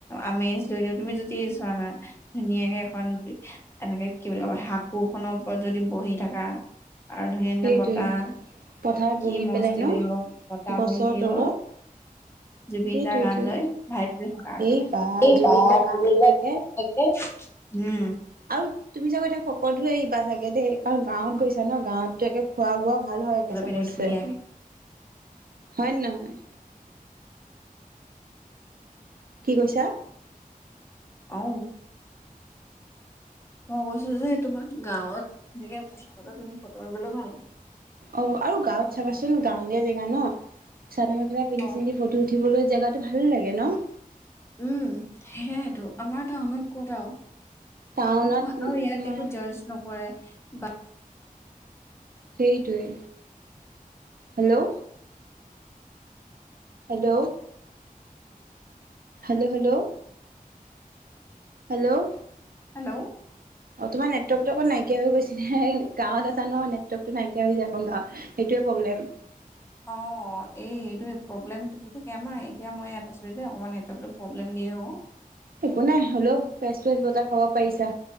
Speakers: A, on the left (about 15°); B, on the right (about 80°).
A: আমেজ লৈ দিওঁ তুমি যদি। চোৱা না ধুনীয়াকে এখন এনেকে কি বুলি ক শাকোখনৰ ওপৰত যদি বহি থাকা। আৰু ধুনীয়া ধুনীয়া
B: সেইটোৱে।
A: বতাহ
B: পথাৰত
A: কি
B: বহি
A: মজ
B: পেলাই ন
A: লাগিব। বতাহ
B: গছৰ
A: ভৰি উঠিব
B: তলত
A: জুবিন
B: সেইটোৱেটো।
A: দাৰ গান লৈ ভাই প থকা আৰু
B: এই বা জুবিন দা গান লৈ
A: এই।
B: একে
A: উম
B: আৰু তুমি চাগ এতিয়া সকলোৱে আহিবা চাগে দেই কাৰণ গাঁৱত গৈছা ন গাঁৱতো একে খোৱা বোৱা। ভাল হয়ে
A: চাদৰ
B: চবে
A: পিন্ধি ধুনীয়াকে
B: হয় নে নহয়। কি কৈছা।
A: অঊ, মই কৈছো যে তোমাৰ গাঁৱতকে প পিন্ধি ফটো আন্ধলৈ ভাল।
B: অ আৰু গাঁৱত চাবাচোন গাঁৱলীয়া জেগা ন। চাদ মেখা পিন্ধ
A: অ
B: চিনদি ফটো। উঠিবলৈ জেগাতটো ভাল লাগে ন।
A: উম সেইয়েতো আমাৰ টাউনত কতও।
B: টাউনত
A: একো আৰু ইয়াত
B: তোমাৰ
A: একো জাৰজ নকৰে। ব
B: সেইটোৱে, hello. Hello hello hello hello
A: hello
B: অ, তোমাৰ নেটৱৰ্কতো অকণ নাইকিয়া হৈ গৈছে। গাঁৱত আছা ন, নেটৱৰ্কটো নাইকিয়া হৈ যায় অকণ গাঁৱত। সেইটোৱে প্ৰব্লেম।
A: অ, এই এইটোৱে প্ৰব্লেমটো দি থাকে আমাৰ। এতিয়া মই ইয়াত আছোঁ যে অকণমান নেটৱৰ্কটো প্ৰব্লেম দিয়ে অ।
B: একো নাই হলেও ফ্ৰেচ-ফেচ বতাহ খাব পাৰিছা।